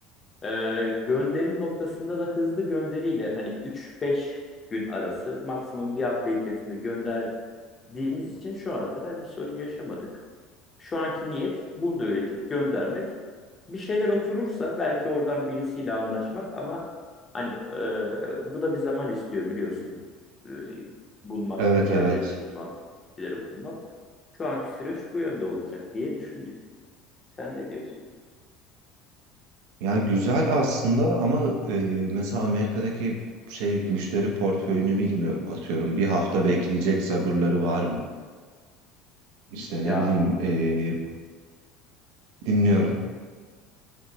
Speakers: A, on the left; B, on the right.
A: E, gönderim noktasında da hızlı gönderiyle hani 3-5 gün arası maksimum bir hafta içerisinde gönder dediğimiz için şu ana kadar bir sorun yaşamadık. Şu anki niyet burada öğretip göndermek. Bir şeyler oturursa belki oradan birisiyle anlaşmak ama hani e, bu da bir zaman istiyor biliyorsun. E, bulmak,
B: evet,
A: yerleri
B: evet.
A: bulmak, kişileri bulmak. Şu anki süreç bu yönde olacak diye düşündük. Sen ne diyorsun?
B: Ya güzel aslında ama e, mesela Amerika'daki şey müşteri portföyünü bilmiyorum. Atıyorum bir hafta bekleyecek sabırları var mı? İşte
A: Ya
B: ne bileyim e, dinliyorum.